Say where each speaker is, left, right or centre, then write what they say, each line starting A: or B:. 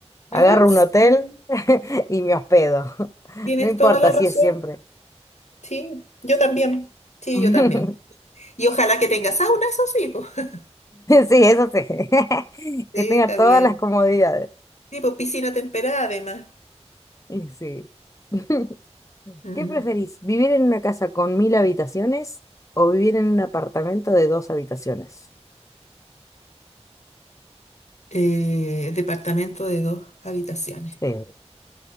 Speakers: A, on the left; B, on the left.
A: Agarro
B: ah, sí.
A: un hotel <laughs> y me hospedo. <laughs>
B: Tienes
A: No importa
B: toda la razón.
A: si es siempre.
B: Sí, yo también. Sí,
A: <laughs>
B: yo también. Y ojalá que tenga sauna, eso sí, pues. <laughs>
A: Sí, eso sí. <laughs> Que
B: Sí,
A: tenga
B: está
A: todas
B: bien.
A: las comodidades.
B: Tipo piscina temperada además.
A: Y Sí. <laughs>
B: Mm.
A: ¿Qué preferís? ¿Vivir en una casa con mil habitaciones o vivir en un apartamento de dos habitaciones?
B: Eh, departamento de dos habitaciones.
A: Sí,